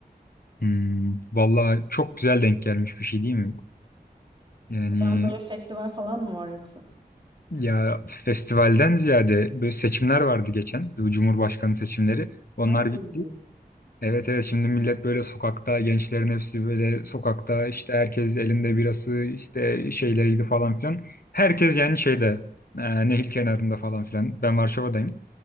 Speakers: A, on the left; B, on the right.
A: Hmm, vallahi çok güzel denk gelmiş bir şey değil mi? Yani
B: Buradan böyle festival falan mı var yoksa?
A: ya festivalden ziyade böyle seçimler vardı geçen. Bu Cumhurbaşkanı seçimleri. Onlar
B: Hadi.
A: bitti. Evet evet şimdi millet böyle sokakta gençlerin hepsi böyle sokakta işte herkes elinde birası işte şeyleriydi falan filan. Herkes yani şeyde e, nehir kenarında falan filan. Ben Varşova'dayım.